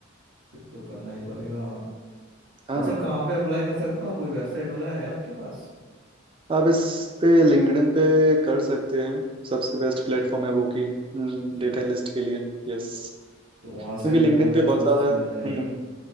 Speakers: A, on the right (about 65°); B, on the right (about 25°).
A: फिर तो करना ही पड़ेगा
B: हाँ
A: अच्छा कहाँ पे अप्लाई कर सकता हूँ कोई वेबसाइट वगैरह है आपके पास
B: आप इस पे लिंक्डइन पे कर सकते हैं सबसे बेस्ट प्लेटफॉर्म है वो की
A: अच्छा
B: डेटा एनालिस्ट के लिए यस
A: तो वहाँ से
B: क्योंकि
A: मेरे
B: लिंक्डइन
A: को मतलब
B: पे बहुत
A: सोर्सेस
B: सारा
A: मिल जाएगी
B: हम्म,